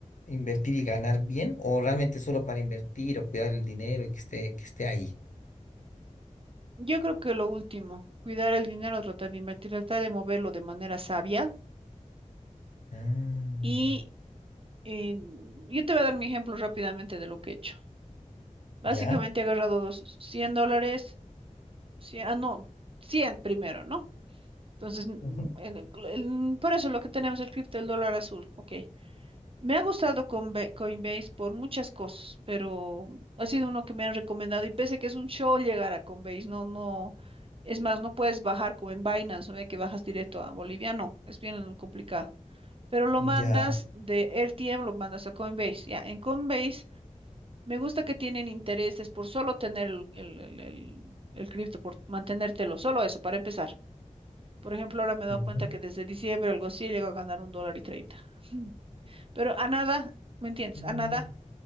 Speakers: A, on the left (about 70°); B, on the right (about 45°).
A: invertir y ganar bien, o realmente solo para invertir o cuidar el dinero y que esté, que esté ahí.
B: Yo creo que lo último, cuidar el dinero, tratar de invertir, tratar de moverlo de manera sabia.
A: Ah,
B: Y eh, yo te voy a dar mi ejemplo rápidamente de lo que he hecho. Básicamente
A: ya,
B: he agarrado dos, 100 dólares. Sí, ah, no, 100 primero, ¿no? Entonces, mm,
A: ujú,
B: en el cl- en- por eso lo que tenemos el cripto del dólar azul, ok. Me ha gustado Conbe- Coinbase por muchas cosas, pero ha sido uno que me han recomendado y pese que es un show llegar a Coinbase, no, no, es más, no puedes bajar como en Binance, ¿no? de que bajas directo a Bolivia, no, es bien complicado. Pero lo mandas
A: Ya,
B: de RTM, lo mandas a Coinbase, ya, en Coinbase me gusta que tienen intereses por solo tener el, el, el- el- el cripto, por mantenértelo, solo eso, para empezar. Por ejemplo, ahora me he dado
A: ya,
B: cuenta que desde diciembre algo así llegó a ganar un dólar y treinta. Mm. Pero a nada, ¿me entiendes?
A: mm,
B: A nada.